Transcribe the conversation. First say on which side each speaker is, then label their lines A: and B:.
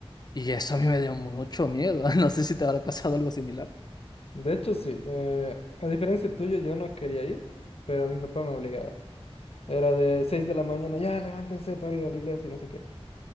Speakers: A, on the left; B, on the left.
A: y eso a mí me dio mucho miedo. <laughs> No sé si te habrá pasado algo similar.
B: De hecho, sí. eh, a diferencia tuya, yo no quería ir, pero mi papá me obligaba. Era de 6 de la mañana, ya levántense para ir a la iglesia y no sé qué.